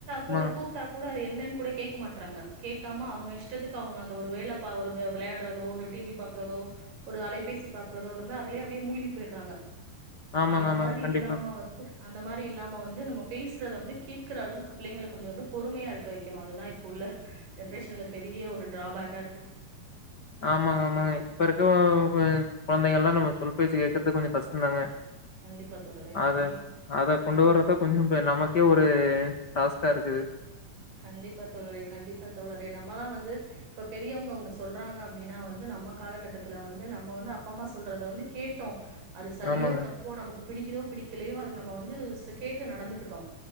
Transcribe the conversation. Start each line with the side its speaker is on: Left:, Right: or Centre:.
Right: கூட
Left: ஆமாங்க.
Right: கூப்டாக் கூடு தா அது என்னன் கூட கேக்க மாட்டறாங்க கேக்காம அவங்க இஷ்டத்துக்கு அவங்க அந்த ஒரு வேல நா ஒரு வெ வெளையாடுறதோ ஒரு டிவி பாக்குறதோ ஒரு அலைபேசி பாக்குறதோ இருந்தா அதுலயே அப்டியே மூழ்கி போயிடுறாங்க சோ
Left: ஆமாங்க,
Right: அந்த
Left: ஆமாங்க.
Right: மாரி
Left: கண்டிப்பா.
Right: இல்லாம வந்து அந்த மாரி இல்லாம வந்து நம்ம பேசுறத வந்து கேக்குற அளவுக்குப் புள்ளைங்கள கொஞ்சோ வந்து பொறுமையா இருக்க வெக்கணு அதுதா இப்ப உள்ள ஜென்ரேஷன்ல பெரிய ஒரு டிராபேக்கா இருக்கு
Left: ஆமாங்க ஆமாங்க இப்ப இருக்க கொழந் கொழந்தைங்கள் எல்லா நம்ம சொல் பேச்சு கேக்குறது கொஞ்சோ கஷ்டந்தாங்க
Right: கண்டிப்பா தோழரே
Left: அத
Right: ம்
Left: அத கொண்டு வர்றதா கொஞ்சம் இப்ப நமக்கே ஒரு டாஸ்க்கா இருக்குது
Right: கண்டிப்பா தோழரே கண்டிப்பா தோழரே நம்மல்லா வந்து இப்ப பெரியவங்க ஒண்ணு சொல்றாங்க அப்டின்னா வந்து நம்ம காலகட்டத்துல வந்து நம்ம வந்து அப்பா அம்மா சொல்றத வந்து கேட்டோ அது சரியோ
Left: ஆமாங்க.
Right: தப்போ நமக்கு பிடிக்குதோ பிடிக்கலையோ அத நம்ம வந்து சோ கேட்டு நடந்துகிட்டோ